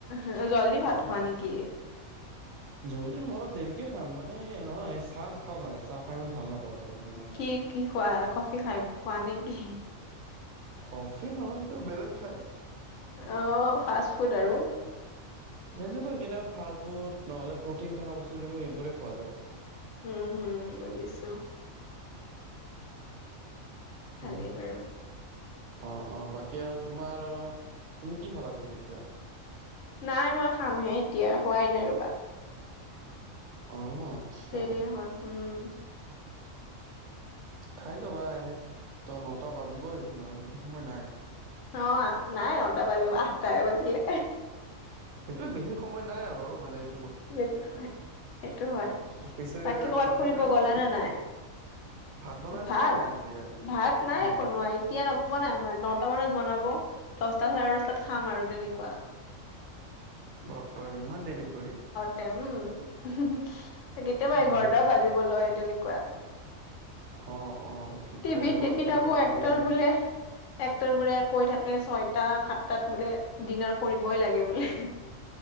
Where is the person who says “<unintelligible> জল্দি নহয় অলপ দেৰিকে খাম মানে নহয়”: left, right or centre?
Right